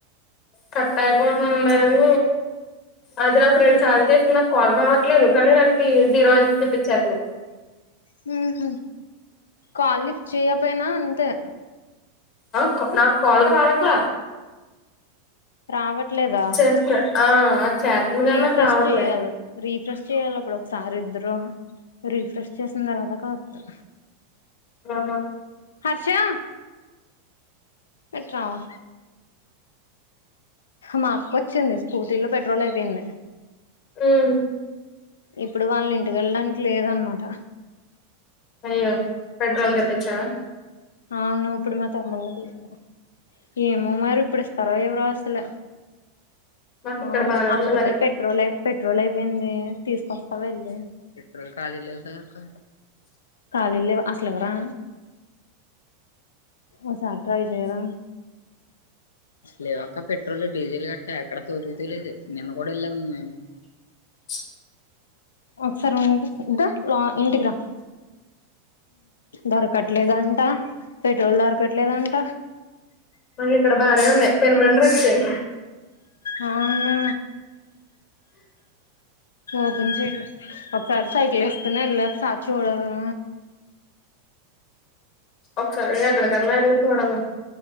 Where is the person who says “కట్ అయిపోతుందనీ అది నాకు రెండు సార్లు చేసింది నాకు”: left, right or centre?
Left